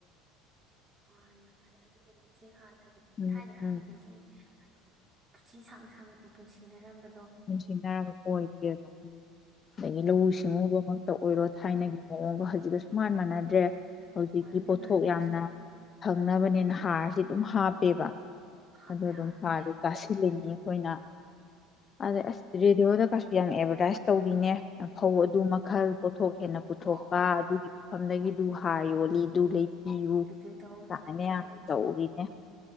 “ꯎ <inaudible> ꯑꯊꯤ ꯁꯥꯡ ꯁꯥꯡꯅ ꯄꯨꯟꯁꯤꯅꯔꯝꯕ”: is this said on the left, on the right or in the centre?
Right